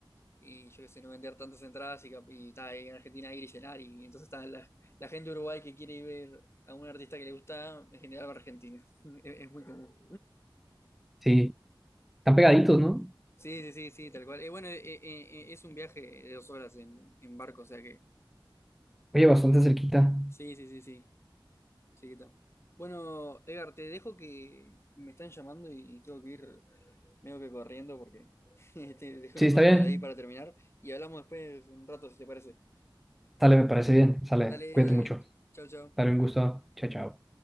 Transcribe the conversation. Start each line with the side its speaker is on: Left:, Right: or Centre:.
Left: y yo qué sé, no vender tantas entradas y, cap- y está ahí en Argentina ir y llenar. Y, entonces está la, la gente de Uruguay que quiere ir ver a un artista que le gusta, en general va a Argentina. <laughs> Es, es muy común.
Centre: Sí, están pegaditos, ¿no?
Left: Sí, sí, sí, sí, tal cual. Eh, bueno, eh, eh, eh, es un viaje de dos horas en, en barco, o sea que.
Centre: Oye, bastante cerquita.
Left: Sí, sí, sí, sí. Sí, que está. Bueno, Edgar, te dejo que me están llamando y tengo que ir medio que corriendo porque <laughs> este, dejé
Centre: Sí,
Left: unas
Centre: está
Left: cosas
Centre: bien.
Left: ahí para terminar y hablamos después un rato, si te parece.
Centre: Sale, me parece bien. Sale,
Left: Dale,
Centre: cuídate
Left: dale.
Centre: mucho.
Left: Chau, chau.
Centre: Dale un gusto. Chao, chao.